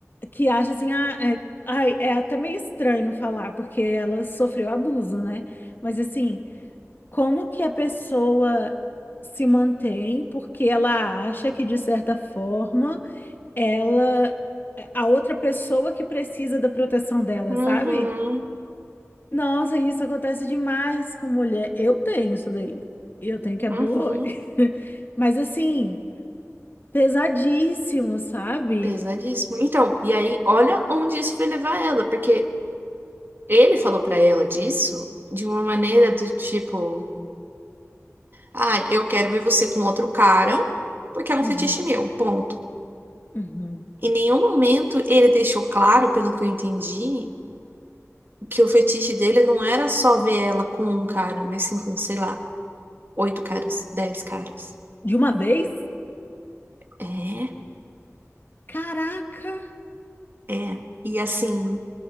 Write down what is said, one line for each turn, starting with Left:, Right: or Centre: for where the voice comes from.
Left: que acha assim, ah, é, ai, é até meio estranho falar, porque ela sofreu abuso, né? Mas assim, como que a pessoa se mantém porque ela acha que, de certa forma, ela, é a outra pessoa que precisa da proteção dela,
Right: Uhum.
Left: sabe? Nossa, isso acontece demais com mulher. Eu tenho isso daí. E eu tenho que abrir
Right: Uhum.
Left: o olho. <laughs> Mas assim, pesadíssimo, sabe?
Right: Pesadíssimo. Então, e aí, olha onde isso vai levar ela, porque ele falou pra ela disso de uma maneira do tipo Ai, eu quero ver você com outro cara, porque é um
Left: Uhum,
Right: fetiche meu, ponto.
Left: uhum.
Right: Em nenhum momento ele deixou claro, pelo que eu entendi, que o fetiche dele não era só ver ela com um cara, mas sim com, sei lá, oito caras, dez caras.
Left: De uma vez?
Right: É,
Left: Caraca!
Right: é. E assim,